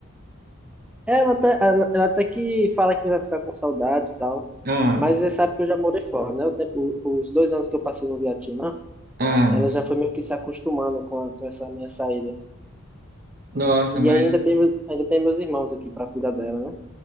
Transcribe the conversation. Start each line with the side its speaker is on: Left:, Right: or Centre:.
Centre: Ela até, ela, ela até que fala que vai ficar com saudade e tal.
Right: Ah,
Centre: Mas você sabe que eu já morei fora, né? Eu te- o- os dois anos que eu passei no Vietnã.
Right: ah.
Centre: ela já foi meio que se acostumando com, a- com essa minha saída.
Right: Nossa,
Centre: E
Right: mas.
Centre: aí ainda tem, meu- ainda tem meus irmãos aqui para cuidar dela, né?